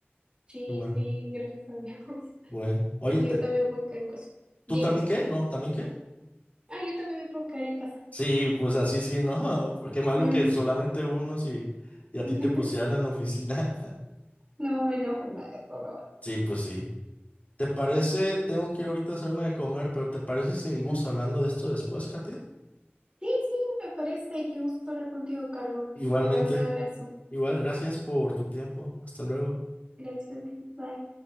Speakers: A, on the right; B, on the left.
A: Sí,
B: Qué bueno.
A: sí, gracias a Dios. <laughs>
B: Bueno, oye,
A: Porque
B: te-
A: yo también me puedo quedar en casa.
B: ¿tú
A: Dime.
B: también qué? ¿No? ¿También qué?
A: Ah, yo también me puedo quedar en casa.
B: Sí, pues así sí, ¿no? <laughs> Qué malo
A: Mm,
B: que
A: sí.
B: solamente unos y, y a
A: <laughs>
B: ti te pusieran en oficina. <laughs>
A: No me enojo nada, por ahora.
B: Sí, pues sí. ¿Te parece? Tengo que ir ahorita a hacerme de comer, pero ¿te parece si seguimos
A: <laughs>
B: hablando de esto después, Katia?
A: Sí, sí, me parece. Qué gusto hablar contigo, Carlos.
B: Igualmente.
A: Te mando un abrazo.
B: Igual, gracias por tu tiempo. Hasta luego.
A: Gracias a ti. Bye.